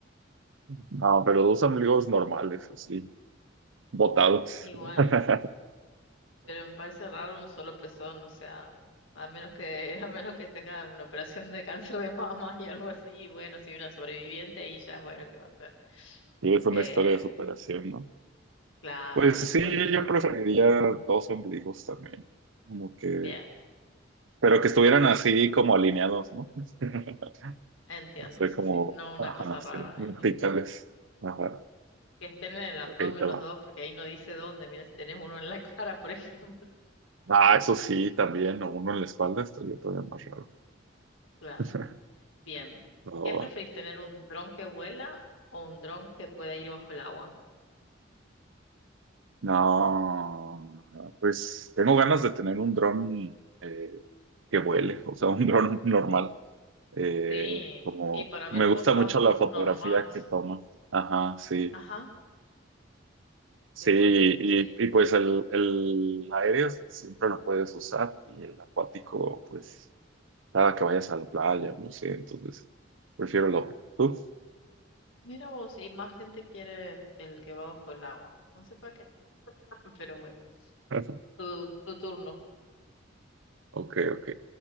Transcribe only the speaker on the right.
No, pero dos amigos normales, así, botados.
<laughs>
Y es una
historia de superación, ¿no?
Pues
sí,
yo preferiría dos ombligos también, como que,
pero que estuvieran así como alineados, ¿no? <laughs>
No sé,
como,
ajá,
sí, verticales.
Ajá,
ok, te va.
Ah,
eso sí, también, o uno en la espalda estaría todavía más raro.
<laughs>
No,
va.
No, no, pues tengo ganas de tener un dron eh, que vuele, o sea, un dron <laughs> normal. Eh,
como
me gusta
mucho
la fotografía
que toma. Ajá, sí.
Sí,
y,
y pues el, el aéreo siempre lo puedes usar y el acuático, pues cada que vayas a la playa, no sé, entonces prefiero lo otro. ¿Tú?
<laughs>
Ok, ok.